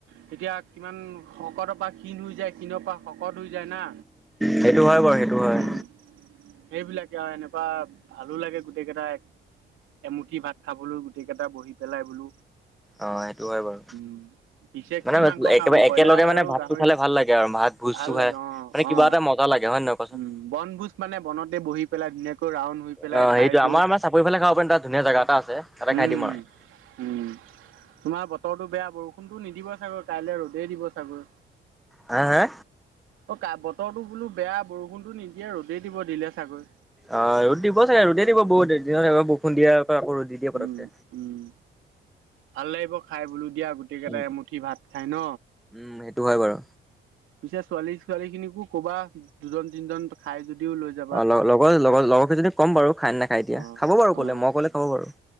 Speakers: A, on the right (about 85°); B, in the centre.
A: তেতিয়া কিমান শকতৰ পৰা ক্ষীণ হৈ যায়, ক্ষীণৰ পৰা শকত হৈ যায় না।
B: সেইটো হয় বাৰু সেইটো। হয়
A: উম। সেইবিলাকে আৰু এনেকুৱা ভালো লাগে গোটেই কেইটা, এমুঠি ভাত খাবলৈ গোটেই কেইটা বহি পেলাই বোলো।
B: অ সেইটো হয় বাৰু।
A: উম পিছে
B: মানে
A: কি মাংস
B: একেৱাৰে
A: খাম
B: একেলগে
A: ব্ৰইলাৰ
B: মানে
A: আৰু
B: ভাতটো
A: গাহৰি
B: খালে ভাল লাগে আৰু, ভাত ভোজটো
A: ভাল লাগে
B: খাই
A: অ
B: মানে কিবা
A: অ
B: এটা মন লাগে হয় নহয়? কোৱাচোন
A: উম। বনভোজ মানে বনতে বহি পেলাই ধুনাকৈ ৰাউন হৈ, পেলাই
B: অ
A: খাই
B: সেইটো
A: বৈ
B: আমাৰ চাপৰিফালে খাব তাত ধুনীয়া জেগা এটা আছে তাতে
A: উম
B: খাই দিম আৰু।
A: উম। তোমাৰ বতৰটো বেয়া বৰষুণটো নিদিব চাগৈ। কাইলে ৰ'দেই দিব চাগৈ।
B: হা হা
A: অ কা বতৰটো বোলো বেয়া। বৰষুণটো নিদিয়ে ৰ'দেই দিব দিলে চাগৈ।
B: অ ৰ'দ দিব চাগে ৰদেই দিব বহুত দিনত বৰষুণ দিয়ে আকৌ ৰ'দ দিয়ে। পতককে
A: উম উম। ভাল লাগিব খাই বোলো দিয়া গোট গোটেইকেইটাই
B: উম
A: এমুঠি ভাত খাই ন?
B: উম সেইটো হয় বাৰু।
A: পিছে ছোৱালী ছোৱালী খিনিকো ক'বা, দুজন তিনজন খাই যদিও লৈ যা
B: অ লগ লগৰ লগ লগৰকেইজনীক কম বাৰু খাই নে নাখায় এতিয়া,
A: অ
B: খাব বাৰু
A: অ
B: কলে মই কলে খাব বাৰু।